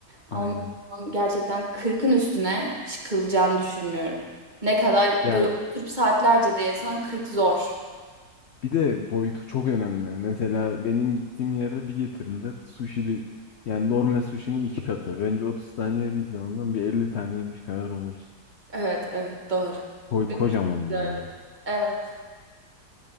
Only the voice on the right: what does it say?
Ama
gerçekten kırkın üstüne çıkılacağını düşünmüyorum. Ne kadar
böyle oturup saatlerce de yesen 40 zor.
Evet evet doğru.
Biraz
öyle.
Evet.